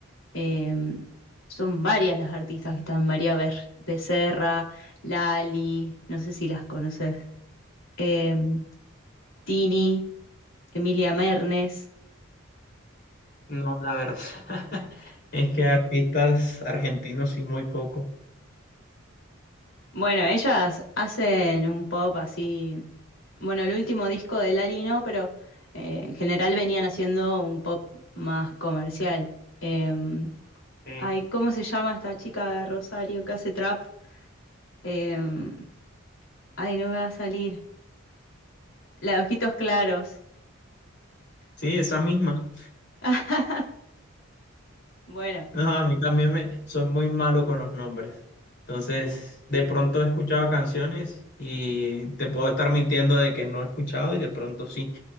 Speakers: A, on the left (about 75°); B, on the left (about 55°).
A: eh, son varias las artistas que están, María Ber- Becerra, Lali, no sé si las conoces. Eh, Tini, Emilia Mernes.
B: No, la verdad. <laughs> Es que artistas argentinos sí, muy poco.
A: Bueno, ellas hacen un pop así. Bueno, el último disco de Lali no, pero eh, en general venían haciendo un pop más comercial. Eh,
B: Eh,
A: ay, ¿cómo se llama esta chica de Rosario que hace trap? Eh, ay, no me va a salir. La de ojitos claros.
B: sí, esa misma.
A: <laughs> Bueno,
B: No, a mí también me, soy muy malo con los nombres. Entonces, de pronto he escuchado canciones y te puedo estar mintiendo de que no he escuchado y de pronto sí,